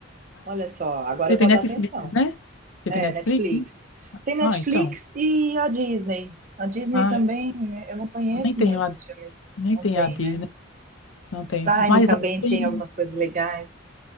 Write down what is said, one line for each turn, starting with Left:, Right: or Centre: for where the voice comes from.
Right: Olha só, agora
Left: Você
Right: eu vou
Left: tem Netflix,
Right: dar atenção.
Left: né? Você
Right: É,
Left: tem Netflix?
Right: Netflix.
Left: né?
Right: Tem Netflix
Left: Ah, então.
Right: e a Disney. A Disney
Left: Ah,
Right: também, né, eu não conheço
Left: eu nem tenho
Right: muitos
Left: a,
Right: filmes,
Left: nem
Right: não
Left: tenho
Right: tem,
Left: a Disney,
Right: né?
Left: não tenho.
Right: Prime
Left: Mas
Right: também
Left: lá tem,
Right: tem algumas coisas legais.